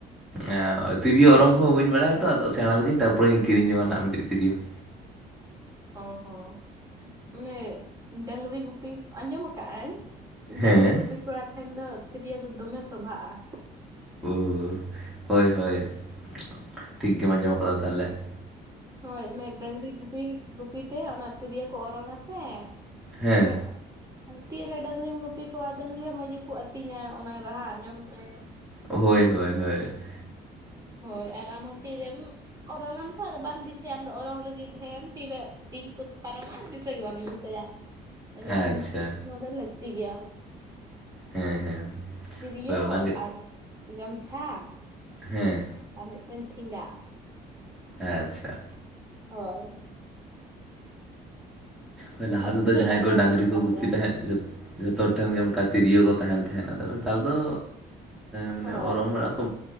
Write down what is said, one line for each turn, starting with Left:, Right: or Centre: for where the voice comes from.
Centre: ᱮᱸ ᱛᱤᱨᱭᱳ ᱚᱨᱚᱝ ᱠᱚᱦᱚᱸ ᱵᱟᱹᱧ ᱵᱟᱲᱟᱭᱟ ᱛᱚ ᱟᱫᱚ ᱥᱮᱬᱟ ᱞᱮ ᱞᱮᱜᱮᱧ ᱛᱟᱨᱯᱚᱨᱮᱧ ᱠᱤᱨᱤᱧ ᱡᱚᱝᱟ ᱱᱟᱜ ᱢᱤᱫᱴᱮᱡ ᱛᱤᱨᱭᱳ ᱾
Right: ᱚ ᱦᱚᱸ ᱾ <inaudible> ᱢᱟᱱᱮ ᱰᱟᱝᱨᱤ ᱜᱩᱯᱤ ᱟᱸᱡᱚᱢ ᱟᱠᱟᱫᱟᱹᱧ ᱾ ᱰᱟᱹᱝᱨᱤ
Centre: ᱦᱮᱸ
Right: ᱜᱩᱯᱤ ᱠᱚᱲᱟ ᱴᱷᱮᱱ ᱫᱚ ᱛᱤᱨᱭᱳ ᱫᱚ ᱫᱚᱢᱮ ᱥᱚᱵᱷᱟᱜ-ᱟ ᱾
Centre: ᱦᱩᱸ ᱦᱳᱭ ᱦᱳᱭ ᱾ <inaudible> ᱴᱷᱤᱠ ᱜᱮᱢ ᱟᱸᱡᱚᱢ ᱟᱠᱟᱫᱟ ᱛᱟᱦᱚᱞᱮ ᱾
Right: ᱦᱳᱭ ᱢᱟᱱᱮ ᱰᱟᱝᱨᱤ ᱜᱩᱯᱤ ᱜᱩᱯᱤ ᱛᱮ ᱚᱱᱟ ᱛᱤᱨᱭᱳ ᱠᱚ ᱚᱨᱚᱝᱟ ᱥᱮ,
Centre: ᱦᱮᱸ
Right: ᱮᱸᱰᱮᱠᱷᱟᱱ ᱛᱤ ᱨᱮ ᱰᱟᱹᱝᱨᱤᱢ ᱜᱩᱯᱤ ᱠᱚᱣᱟ ᱰᱟᱹᱝᱨᱤ ᱦᱚᱸ ᱢᱚᱸᱡᱽ ᱜᱮᱠᱚ ᱟᱹᱛᱤᱧᱟ ᱚᱱᱟ ᱨᱟᱦᱟ ᱟᱸᱡᱚᱢ ᱛᱮ ᱾
Centre: ᱦᱳᱭ ᱦᱳᱭ ᱦᱳᱭ ᱾
Right: ᱦᱳᱭ ᱟᱨ ᱟᱢ ᱦᱚ ᱛᱤ ᱨᱮᱢ ᱚᱨᱚᱝᱟᱢ ᱛᱚ ᱟᱫᱚ ᱵᱟᱢ ᱫᱤᱥ᱾ ᱫᱤᱥ ᱟᱢ ᱫᱚ ᱚᱨᱚᱝ ᱨᱮᱜᱮ ᱫᱷᱮᱭᱮᱱ ᱛᱤᱨᱮ ᱫᱤᱱ ᱠᱚ ᱯᱟᱨᱚᱢᱟ ᱫᱤᱥᱟᱹ ᱜᱮ ᱵᱟᱢ ᱫᱤᱥᱟᱹᱭᱟ ᱾ ᱮᱸᱰᱮᱠᱷᱟᱱ
Centre: ᱟᱪᱪᱷᱟ
Right: ᱚᱱᱟ ᱫᱚ ᱞᱟᱹᱠᱛᱤ ᱜᱮᱭᱟ ᱾
Centre: ᱦᱮᱸ ᱦᱮᱸ
Right: ᱛᱤᱨᱭᱳ
Centre: ᱦᱳᱭ ᱚᱱᱟᱜᱮ
Right: ᱟᱨ ᱜᱟᱢᱪᱷᱟ ᱾
Centre: ᱦᱮᱸ ᱾
Right: ᱟᱨ ᱢᱤᱫᱴᱮᱱ ᱴᱷᱮᱸᱜᱟ ᱾
Centre: ᱟᱪᱷᱟ ᱾
Right: ᱦᱳᱭ ᱾
Centre: ᱦᱳᱭ ᱞᱟᱦᱟ
Right: ᱟᱨ
Centre: ᱛᱮᱫᱚ
Right: ᱛᱤᱱᱟᱹᱜ
Centre: ᱡᱟᱦᱟᱸᱭ
Right: ᱰᱟᱝᱨᱟ
Centre: ᱠᱚ
Right: ᱦᱮᱱᱟᱜ
Centre: ᱰᱟᱹᱝᱨᱤ
Right: ᱠᱚᱛᱟ
Centre: ᱠᱚ ᱜᱩᱯᱤ
Right: ᱯᱮᱭᱟ
Centre: ᱛᱟᱦᱮᱸᱫ ᱡᱚᱛ᱾ ᱡᱚᱛᱚ ᱴᱷᱮᱱ ᱜᱮ ᱚᱱᱠᱟ ᱛᱤᱨᱭᱳ ᱠᱚ ᱛᱟᱦᱮᱱ ᱛᱟᱦᱮᱸᱱᱟ ᱟᱫᱚ ᱱᱮᱛᱟᱨ ᱫᱚ᱾ ᱢᱟᱱᱮ
Right: ᱦᱳᱭ
Centre: ᱚᱨᱚᱝ ᱵᱟᱲᱟ ᱠᱚ